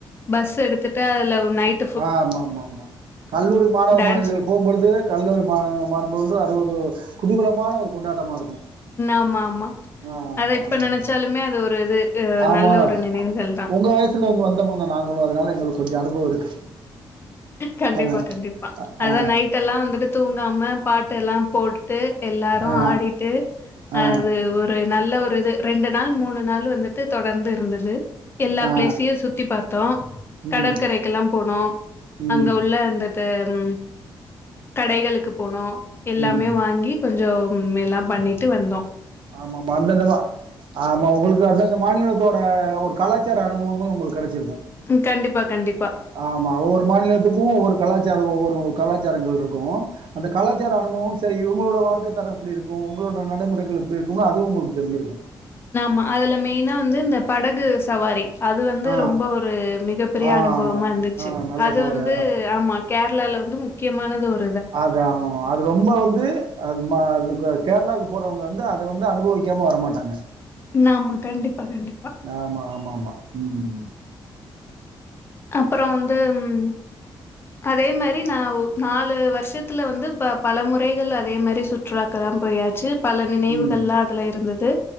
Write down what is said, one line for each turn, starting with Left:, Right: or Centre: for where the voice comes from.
Left: பஸ் எடுத்துட்டு அதுல நைட்
Right: ஆஹ் ஆமாமாமா கல்லூரி மாணவ
Left: டான்ஸ்
Right: மாணவிகள் போகும்பொழுது கல்லூரி மாணவ மாற்பொழுது அது ஒரு குதுகலமான ஒரு கொண்டாட்டமா இருக்கு
Left: ஆமா ஆமா
Right: ஆ ஆமா
Left: அத இப்ப
Right: ஆமா
Left: நெனைச்சாலுமே அது ஒரு இது அ
Right: ஆமா
Left: நல்ல ஒரு நினைவுகள் தா
Right: உங்க வயசுலந்து வந்தவங்க தா நாங்களு அதுனால எங்களுக்கு கொஞ்ச அனுபவம் இருக்கு
Left: கண்டிப்பா
Right: ஆ.
Left: கண்டிப்பா
Right: அ
Left: அதா
Right: ஆ
Left: நைட் எல்லாம் வந்துட்டு தூங்காம பாட்டு எல்லாம் போட் டு எல்லாரு
Right: ஆ
Left: ஆடிட்டு
Right: ஆ
Left: அது ஒரு நல்ல ஒ து ரெண்டு நாள் மூணு நாள் வந்துட்டு தொடர்ந்து இருந்தது எல்லா
Right: ஆ.
Left: பிளேஸையு சுத்தி பாத்தோம் கடற்கரைக்கெல்லாம்
Right: ம்,
Left: போனோ
Right: ம்,
Left: அங்க உள்ள அந்த த ம் கடைகளுக்கு போனோம் எல்லாமே
Right: ம்.
Left: வாங்கி கொஞ்சோ உம் எல்லா பண்ணிட்டு வந்தோ
Right: ஆமாமாம அந்தந்தமா ஆமா உங்களுக்கு அந்தந்த மாநிலத்தோட ஒரு கலாச்சார அனுபவங்களு உங்களுக் இருக்கூ
Left: ம் கண்டிப்பா, கண்டிப்பா.
Right: ஆமா ஒவ்வொரு மாநிலத்துக்கு ஒவ்வொரு கலாச்சாரோ ஒவ்வொரு கலாச்சாரங்கள் இருக்கோ அந்த கலாச்சார அனுபவோ சேரி இவுங்களோட வாழ்க தரோ எப்டி இருக்கோ உங்களோட நடைமுறைகள் இருக்குமோ அதுவு உங்களுக்கு தெரிஞ்சிருக்கோ
Left: மா அதுல மெயினா வந்து இந்த படகு சவாரி அது வந்து
Right: ஆ
Left: ரொம்ப ஒரு மிகப்பெரிய
Right: ஆ
Left: அனுபவமா இருந்துச்சு
Right: ஆ நல்ல
Left: அது
Right: சவாரி
Left: வந்து ஆமா கேரளால இன்னு முக்கியமானது ஒன்னு
Right: அத்தா ஆமாம்மா அது ரொம்ப வந்து <unintelligible> கேரளாவுக்கு போறவங்க வந்து அத வந்து அனுபவிக்காம வரமாட்டாங்க
Left: ஆமா. கண்டிப்பா, கண்டிப்பா.
Right: ஆமா ஆமா ஆமா உம்
Left: அப்புறோ வந்து ம் அதே மாரி நா ஒ நாலு வருஷத்துல வந்து பல முறைகள் அதே மாரி சுற்றுலாக்கலாம் போயாச்சி பல நினைவுகள்லா
Right: ம்
Left: அதுல இருந்தது